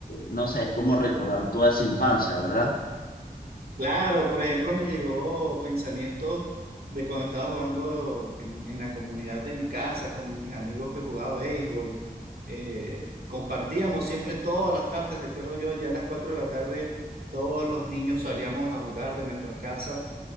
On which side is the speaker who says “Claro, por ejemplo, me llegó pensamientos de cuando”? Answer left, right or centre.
Right